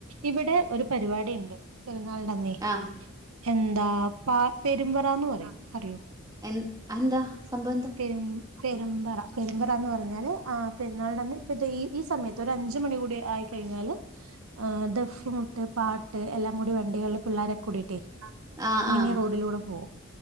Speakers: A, on the right; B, on the right.
A: ഇവിടെ ഒരു പരിപാടിണ്ട് പെരുന്നാൾന്റെന്നേ.
B: ആഹ്
A: എന്താ പാ പെരുമ്പറാന്ന് പറയും അറിയോ?
B: എൻ അയ്എന്താ സംഭവം എന്താ?
A: പെരും പെരുമ്പറ പെരുമ്പറ എന്ന് പറഞ്ഞാല് ആഹ് പെരുന്നാളന്ന് ഇപ്പത്തെ ഈ ഈ സമയത്ത് ഒരു അഞ്ച് മണി കൂടി ആയി കഴിഞ്ഞാല് ആഹ് ദഫ്മു ട്ട് പാട്ട് എല്ലാം കൂടി വണ്ടികൾള് പിള്ളോരൊക്കെ കൂടിട്ടേ
B: ആഹ്
A: ഇങ്ങനെ
B: ആഹ്
A: റോഡിലൂടെ പോവും.